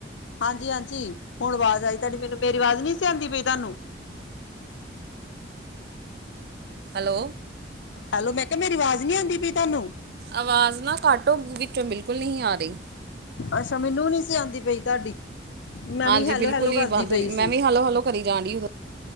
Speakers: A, on the left; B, on the right.
A: ਹਾਂਜੀ ਹਾਂਜੀ ਹੁਣ ਆਵਾਜ਼ ਆਈ। ਤੇਡੀ ਮੈਨੂੰ ਮੇਰੀ ਆਵਾਜ਼ ਨੀ ਸੀ ਆਂਦੀ ਪਈ ਤੁਹਾਨੂੰ
B: ਹੈਲੋ
A: ਹੈਲੋ ਮੈਂ ਕਿਹਾ ਮੇਰੀ ਆਵਾਜ਼ ਨਹੀਂ ਆਉਂਦੀ ਪਈ ਤੁਹਾਨੂੰ
B: ਆਵਾਜ਼ ਨਾ ਘੱਟ ਹੋ। ਵਿੱਚੋਂ ਬਿਲਕੁਲ ਨਹੀਂ ਆ ਰਹੀ
A: ਅੱਛਾ ਮੈਨੂੰ ਨਹੀਂ ਸੀ ਆਉਂਦੀ ਪਈ ਤੁਹਾਡੀ ਮੈਂ
B: ਹਾਂਜੀ
A: ਵੀ ਹੈਲੋ
B: ਬਿਲਕੁਲ
A: ਹੈਲੋ ਕਰਦੀ
B: ਹੀ ਬੰਦ ਹੋਈ
A: ਪਈ
B: ਮੈਂ
A: ਸੀ
B: ਵੀ ਹਲੋ ਹਲੋ ਕਰੀ ਜਾਣ ਡ